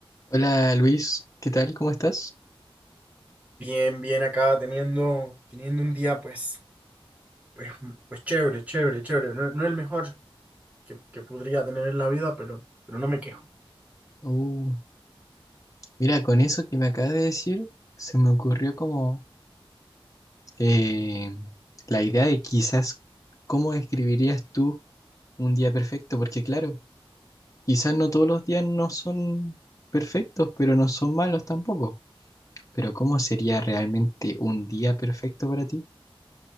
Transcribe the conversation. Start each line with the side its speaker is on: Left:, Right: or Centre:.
Left: Hola Luis, ¿qué tal? ¿Cómo estás?
Right: Bien, bien acá teniendo, teniendo un día pues, pues, pues chévere, chévere, chévere. No, no el mejor que, que podría tener en la vida, pero, pero no me quejo.
Left: Uh, mira, con eso que me acabas de decir, se me ocurrió como eh, la idea de quizás cómo describirías tú un día perfecto, porque claro, quizás no todos los días no son perfectos, pero no son malos tampoco. Pero ¿cómo sería realmente un día perfecto para ti?